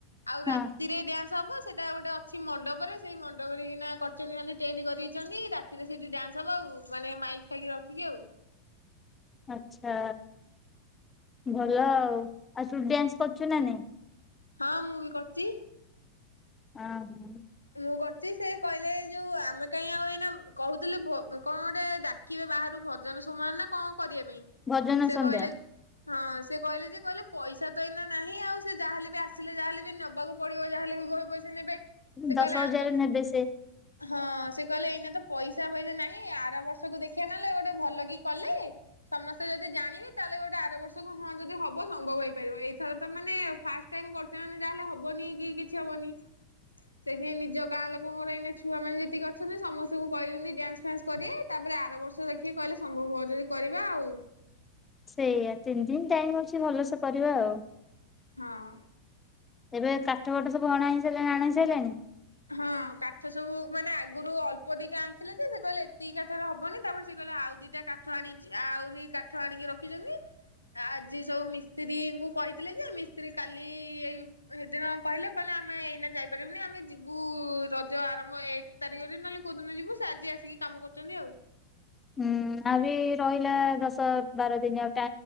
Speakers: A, on the left (about 85°); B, on the left (about 15°).
A: ଆଉ
B: ହଁ
A: ରାତିରେ ଡ୍ୟାନ୍ସ ହବ। ସେଇଟା ଗୋଟେ ଅଛି ମଣ୍ଡପରେ ସେଇ ମଣ୍ଡପରେ କିନା କରଛନ୍ତି ମାନେ ଟେଣ୍ଟ ଦେଇଛନ୍ତି ରାତିରେ ସେଠି ଡ୍ୟାନ୍ସ ହବ ଆଉ ମାନେ ମାଇକ୍ ଫାଇକ ରଖିକି ଆଉ।
B: ଆଛା ଭଲ ଆଉ। ତୁ ଡ୍ୟାନ୍ସ କରୁଛୁ ନା ନାଇଁ?
A: ହଁ ମୁଁ ବି କରିଛି।
B: ହଁ ହଁ
A: ମୁଁ କରୁଛି ସେ କହିଲେ ଏ ଯୋଉ ଆମେ କାହିଁ ଆଉ ଏଇନା କହୁଥିଲେ କଣ ଗୋଟେ ଡାକିବେ ବାହାରୁ ଭଜନ ସମାନ ନା କଣ? କରିବା ପାଇଁ।
B: ଭଜନ
A: ସେ
B: ସନ୍ଧ୍ୟା
A: କହିଲେ ହଁ ସେ କହିଲେ ଯେ କହିଲେ ପଇସା ତ ଏଇନା ନାହିଁ। ଆଉ ସେ ଯାହାେଲେ ବି ଆସିଲେ ଯାହାଲେ ବି ନେବାକୁ ପଡିବ ଯାହାେଲେ ବି ପଇ ସେ ନେବେ। ସେ
B: ଦଶ
A: କହିଲେ
B: ହଜାର
A: ଆମ
B: ନେବେ ସେ
A: ହଁ ସେ କହିଲେ ଏଇନା ତ ପଇସା ଫଇସା ନାଇଁ। ଆର ବର୍ଷକୁ ଦେଖିବା ନେଲେ ଗୋଟେ ଭଲ କି କଲେ ସମସ୍ତେ ଯଦି ଜାଣିବେ ତାହେଲେ ଗୋଟେ ଆର ବର୍ଷକୁ ହଁ ଯଦି ହବ ସମ୍ଭବ ହେଇପାରିବ। ଏଇଥର ତ ମାନେ ଫାଷ୍ଟ ଟାଇମ୍ କରୁଛେ ମାନେ ଯାହେଲେ ହବନି କି କିଛି ହବନି ସେଥିପାଇଁ ନିଜ ଗାଁ ଲୋକଙ୍କର ଏଇନା ଛୁଆ ମାନେ ଯେତିକି ଅଛନ୍ତି ସମସ୍ତଙ୍କୁ କହିଛନ୍ତି ଡ୍ୟାନ୍ସ ଫନ୍ସ କରିବେ। ତାପରେ ଆର ବର୍ଷ ଦେଖିକି କହିଲେ ସମ୍ଭବ ହଉ ଯଦି କରିବା ଆଉ।
B: ସେଇଆା ତିନି ଦିନ ଟାଇମ ଅଛି ଭଲସେ କରିବା ଆଉ।
A: ହଁ
B: ଏବେ କାଠ ଗଟ ସବୁ ଅଣା ହେଇ ସାରିଲଣି ନା ଆଣ ହେଇ ସାରିଲଣି
A: ହଁ କାଠ ସବୁ ମାନେ ଆଗରୁ ଅଳ୍ପ ଦିଟା ଆଣିଥିଲେ। ଯେ ସେ କହିଲେ ଏତିକି କାଠରେ ହବନି ତାପରେ ସେ କହିଲା ଆଉ ଦିଟା କାଠ ଆଣିଛି ଆହୁରି କାଠ ଆଣିକି ରଖିଛନ୍ତି। ଆଜି ସବୁ ମିସ୍ତ୍ରୀଙ୍କୁ କହିଥିଲେ ଯେ ମିସ୍ତ୍ରୀ କାଲି ଏଇ ସେଦିନ କହିଲେ କହିଲେ ଆମେ ଏଇନା ଯାଇପାରିବୁନି ଆମେ ସବୁ ରଜ ଆରମ୍ଭ ଏକ ତାରିଖରେ ନହେଲେ କୋଉ ଦିନ ଯିବୁ ସେ ଆଜି ଆସିକି କାମ କରୁଛନ୍ତି ଆଉ।
B: ହୁଁ ଆ ବି ରହିଲା ଦଶ ବାର ଦିନିଆ